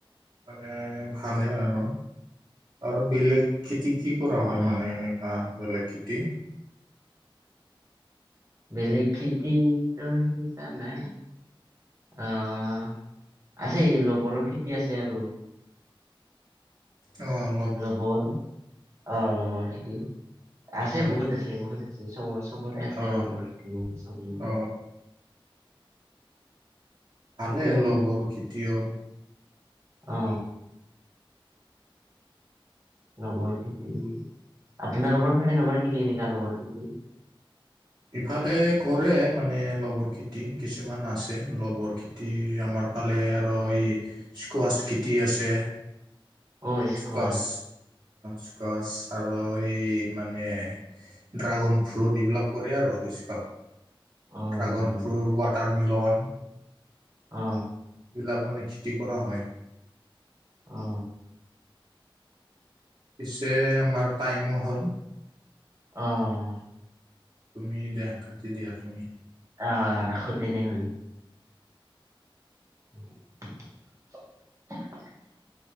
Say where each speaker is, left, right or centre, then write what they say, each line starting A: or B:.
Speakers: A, on the right; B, on the right.
A: মানে ভালেই আৰু, আৰু বেলেগ খেতি কি কৰা হয়,
B: অ
A: মানে এনেকুৱা বেলেগ খেতি?
B: বেলেগ খেতি ত হেনকা নাই। আঁ আছে লবৰৰ খেতি আছে আৰু।
A: অঁ
B: লবৰ অঁ লবৰ খেতি আছে
A: হয়
B: বহুত
A: হয়
B: আছে, বহুত আছে। চবৰে আছে
A: অ
B: লোকৰ খতি চাগে
A: অ
B: সেইটো
A: ভালে লগৰ খেতিয়ও
B: অ লগৰ খেতি আপোনাৰ লোকৰ ফালেনকৰে নকি? এনকা লগৰ খেতি
A: ইফালে কৰে মানে লগৰ খেতি, কিছুমান আছে লগৰ খেতি খেতি আমাৰ ফালে আৰু এই স্কোৱাছ খেতি আছে
B: অ স্কোৱাৰ
A: স্কোৱাছ স্কচ আৰু এই মানে, ড্ৰাগন ফ্ৰুট এইবিলাক কৰে আৰু বেছিভাগ
B: অ
A: ড্ৰাগন
B: ডাঙৰ
A: ফ্ৰুট, ৱাটাৰ মিলন
B: অ
A: এই বিলাক মানে খেতি কৰা হয়
B: অ
A: পিছে আমাৰ টাইমো হ'ল।
B: অ
A: তুমি দিয়া, কাটি দিয়া তুমি।
B: অ ৰাখো তেনেহলে। <inaudible>